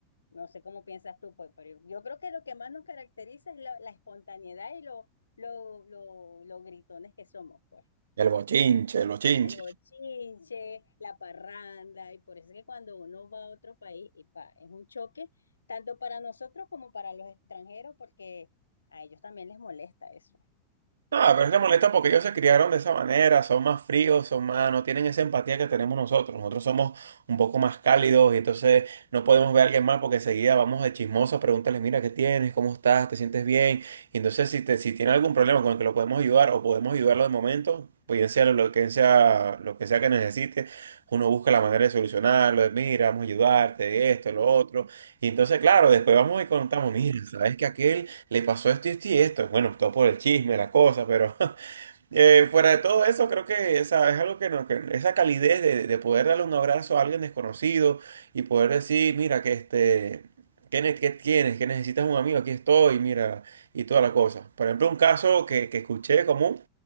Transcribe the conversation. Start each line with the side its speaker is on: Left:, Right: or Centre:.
Left: No sé cómo piensas tú, pues, pero yo creo que lo que más nos caracteriza es la, la espontaneidad y lo, lo, lo, lo gritones que somos, pues.
Right: El bochinche, el bochinche.
Left: El bochinche, la parranda, y por eso es que cuando uno va a otro país, y pa, es un choque, tanto para nosotros como para los extranjeros, porque a ellos también les molesta eso.
Right: Ah, pero es que molesta porque ellos se criaron de esa manera, son más fríos, son más, no tienen esa empatía que tenemos nosotros. Nosotros somos un poco más cálidos y entonces no podemos ver a alguien más porque enseguida vamos de chismosos, pregúntales, mira, ¿qué tienes? ¿Cómo estás? ¿Te sientes bien? Y entonces si, te, si tiene algún problema con el que lo podemos ayudar o podemos ayudarlo de momento, pues bien sea lo que sea, lo que sea que necesite, uno busca la manera de solucionarlo, de mira, vamos a ayudarte, esto, lo otro. Y entonces, claro, después vamos y contamos, mira, ¿sabes que aquel le pasó esto y esto y esto. Bueno, todo por el chisme, la cosa, pero <laughs> eh, fuera de todo eso, creo que esa, es algo que, no, que esa calidez de, de poder darle un abrazo a alguien desconocido y poder decir, mira, que este, ¿qué, ne- qué tienes? ¿Qué necesitas un amigo? Aquí estoy, mira, y toda la cosa. Por ejemplo, un caso que, que escuché común,